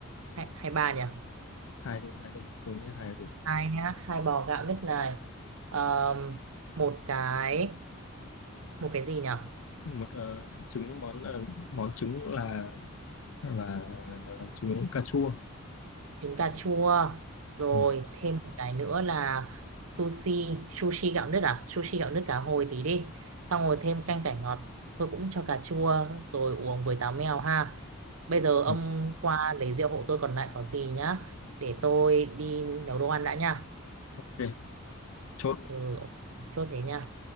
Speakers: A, on the right (about 75°); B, on the left (about 70°).
A: hay, hay ba nhỉ
B: hai thôi hai thôi tôi nghĩ hai là đủ
A: hai nhá hai bò gạo nứt này Ờm, một cái một cái gì nhỉ
B: một ờ, trứng món ờ, món trứng là là trứng cà chua
A: trứng cà chua rồi
B: ừ.
A: thêm một cái nữa là sushi sushi gạo nứt à sushi gạo nứt cá hồi tí đi xong rồi thêm canh cải ngọt thôi cũng cho cà chua rồi uống với táo mèo ha bây giờ ông
B: Ừ.
A: qua lấy rượu hộ tôi còn lại có gì nhá để tôi đi nấu đồ ăn đã nha
B: ok chốt
A: ừ, ok. chốt thế nha